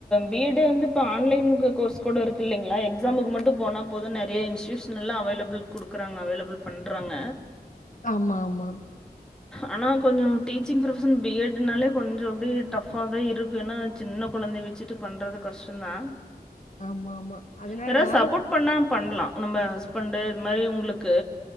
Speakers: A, in the centre; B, on the left.
A: பி எட் டு வந்து இப்ப ஆன்லைன்க்கு கோர்ஸ் கூட இருக்கு இல்லைங்களா எக்ஸாமுக்கு மட்டு போனா போது நிறைய இன்ஸ்டியூஷ் னலா அவைலபிள் குடுக்கறாங்க அவைலபிள் பண்றாங்க
B: ஆமா ஆமா
A: ஆனா கொஞ்சோ டீச்சிங் ப்ரொபஷன் பி எட் னாலே கொஞ்ச அப்டியே டஃப்பா தா இருக்கு என்னா சின்ன குழந்தைய வச்சுட்டு பண்றது கஷ்டந்தா
B: ஆமா ஆமா அதனாலதா
A: யாராவது சப்போர்ட் பண்ணா பண்லா நம்ம ஹஸ் பண்டு இது மாரி உங்களுக்கு